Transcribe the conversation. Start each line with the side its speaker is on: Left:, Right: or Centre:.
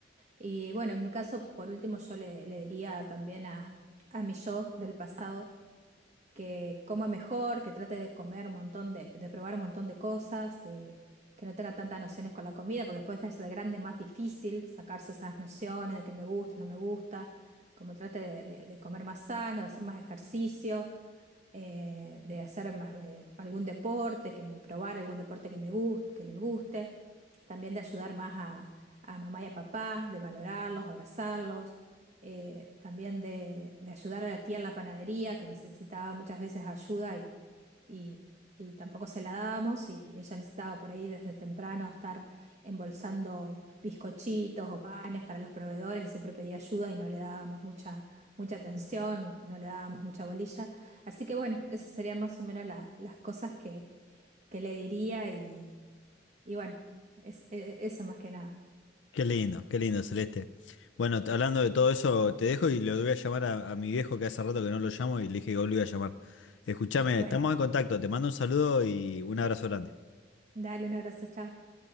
Right: Y bueno, en mi caso, por último, yo le, le diría también a, a mi yo del pasado que coma mejor, que trate de comer un montón de, de probar un montón de cosas, de- que no tenga tantas nociones con la comida, porque después de ser grande es más difícil sacarse esas nociones de que me gusta, no me gusta, como trate de, de- de comer más sano, de hacer más ejercicio, eh, de hacer ma- eh, algún deporte, que me probar algún deporte que me guste, que le guste, también de ayudar más a, a mamá y a papá, de valorarlos, abrazarlos, eh, también de, de ayudar a la tía en la panadería, que necesitaba muchas veces ayuda y, y, y tampoco se la dábamos y ella necesitaba por ahí desde temprano estar embolsando bizcochitos o panes para los proveedores y siempre pedía ayuda y no le dábamos mucha, mucha atención, no le dábamos mucha bolilla. Así que bueno, esas serían más o menos la- las cosas que, que le diría y, y bueno, es, e- e, eso más que nada.
Left: Qué lindo, qué lindo, Celeste. Bueno, t- hablando de todo eso, te dejo y le voy a llamar a, a mi viejo que hace rato que no lo llamo y le dije que hoy lo iba a llamar. Escúchame,
Right: Bueno,
Left: estamos en contacto, te mando un saludo y un abrazo grande.
Right: dale un abrazo, chao.